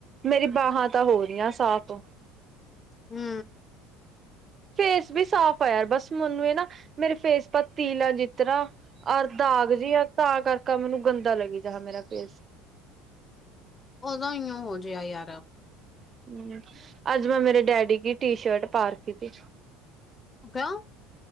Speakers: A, on the right; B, on the left.
A: ਮੇਰੀ ਬਾਹਾਂ ਤਾਂ ਹੋ ਰਹੀਆਂ ਸਾਫ਼
B: ਹੂ
A: ਫੇਸ ਵੀ ਸਾਫ਼ ਆਇਆਰ ਬਸ ਮੈਨੂੰ ਇਹ ਨਾ, ਮੇਰੇ ਫੇਸ ਪਰ ਤਿਲ ਐ, ਜਿਸ ਤਰ੍ਹਾਂ ਅਰ ਦਾਗ ਜ ਆ ਤਾਂ ਕਰਕਾ ਮੈਨੂੰ ਗੰਦਾ ਲੱਗੀ ਜਾਹਾ ਮੇਰਾ ਫੇਸ
B: ਉਦੋਂ ਇਈਂ ਹੋ ਜਿਹਾ ਯਾਰ <unintelligible>
A: ਹਮ ਅੱਜ ਮੈਂ ਮੇਰੇ ਡੈਡੀ ਕੀ ਟੀ ਸ਼ਰਟ ਪਾ ਰੱਖੀ ਥੀ।
B: ਅਕਾ <unintelligible>